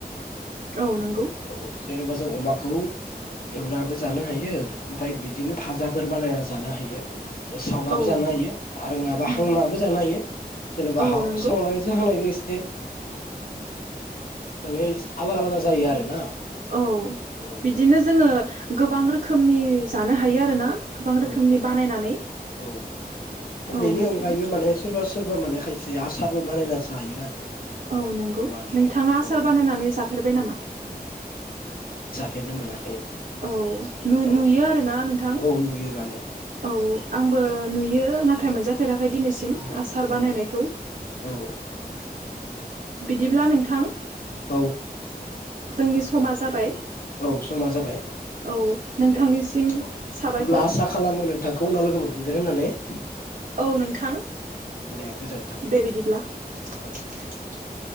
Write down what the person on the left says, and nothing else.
औ जेनेबा जों अमाखौ एवनाबो जानो हायो ओमफाय बिदिनो फाजाफोर बानायना जानो हायो। सावउनाबो
जानो
हायो आरो नङाबा
हांनाबो जानो हायो जेनेबा
हा
सावनायजो हांनायजो माने आलादा आलादा जायो आरोना
उम
उम
औ
बेनि
अनगायैबो माने सोरबा सोरबा माने खायसे आसारबो बानायना जायो आरो
अमानि
औ
फेरनो मोनाखै
औ
औ नुयो माने
औ
औ
औ
औ
औ समा जाबाय
दे अ-अब्ला
आसा खालामो नो थांखौ उनाव लोगो मोनफिनगोन होननानै ।
दे गोजोन्थों
औ